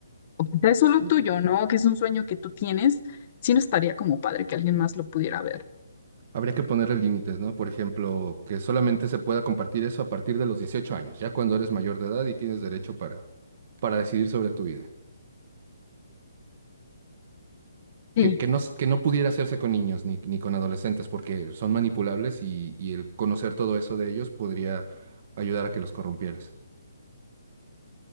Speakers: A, on the left (about 40°); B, on the right (about 45°).
A: o quizá es solo
B: Sí.
A: tuyo, ¿no? Que es un sueño que tú tienes. Sí, no estaría como padre que alguien más lo pudiera ver.
B: Habría que ponerle límites, ¿no? Por ejemplo, que solamente se pueda compartir eso a partir de los 18 años, ya cuando eres mayor de edad y tienes derecho para, para decidir sobre tu vida.
A: Sí.
B: Que, que no, s- que no pudiera hacerse con niños ni, ni con adolescentes porque son manipulables y, y el conocer todo eso de ellos podría ayudar a que los corrompieras.